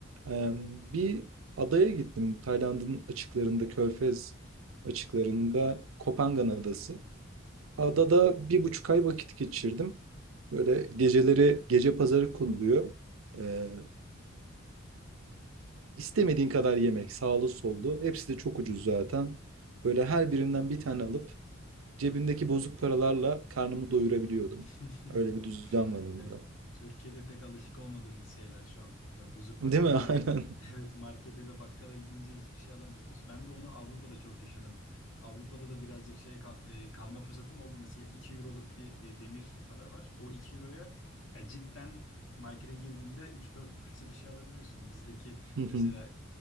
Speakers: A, on the right; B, on the left.
A: Eee, Bir adaya gittim. Tayland'ın açıklarında, Körfez açıklarında Kopangan Adası. Adada bir buçuk ay vakit geçirdim. Böyle geceleri gece pazarı konuluyor. Ee, istemediğin kadar yemek, sağlı sollu. Hepsi de çok ucuz zaten. Böyle her birinden bir tane alıp cebimdeki bozuk paralarla karnımı doyurabiliyordum.
B: <laughs>
A: Öyle bir düzen var orada.
B: Yani Türkiye'de pek alışık olmadığımız şeyler şu an. Ya Bozuk
A: Değil
B: paralarla
A: mi? <laughs> Aynen.
B: <laughs> evet markete de bakkala gidince hiçbir şey alamıyoruz. Ben de onu Avrupa'da çok yaşadım. Avrupa'da da birazcık şey kal- e, kalma fırsatım oldu. Mesela 2 euroluk bir e, demir para var. O iki euroya yani cidden markete girdiğinde üç dört parça bir şey alabiliyorsun. Bizdeki
A: <laughs>
B: mesela